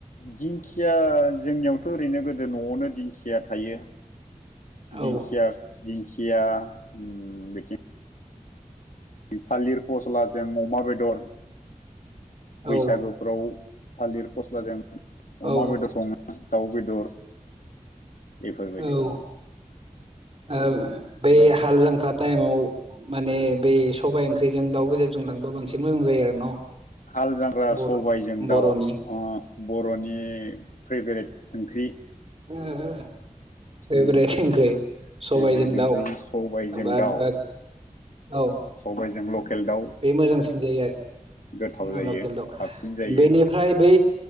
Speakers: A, on the left (about 80°); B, on the right (about 50°).
A: दिंखिया जोंनियावथ ओरैनो गोदो नआवनो दिंखिया थायो
B: औ
A: दिंखिया दिंखिया उम बिथिं थालिर फस्लाजों अमा बेदर बैसागोफ्राव
B: औ
A: थालिर फस्लाजों अमा
B: औ
A: बेदर सङो दाउ बेदर बेफोरबायदि
B: औ बे
A: उम
B: हाल जांख्रा टाइमाव माने बै सबाइ ओंख्रिजों दाउ बेदरजों लांबा बांसिन मोजां जायो आरो न'
A: हाल जांख्रा
B: बर
A: सबायजों
B: बर'नि
A: दाउ उ बरनि फेभरेट ओंख्रि
B: ओ ओ फेब्रेट
A: उम
B: ओंख्रि सबायजों
A: फेभरेट ओंख्रि
B: दाउ
A: सबायजों
B: बाद
A: दाउ
B: बा औ
A: सबायजों लकेल दाउ
B: बे मोजांसिन जायो
A: गोथाव जायो
B: आरो लकेल दाव
A: साबसिन जायो
B: बेनिफ्राय बै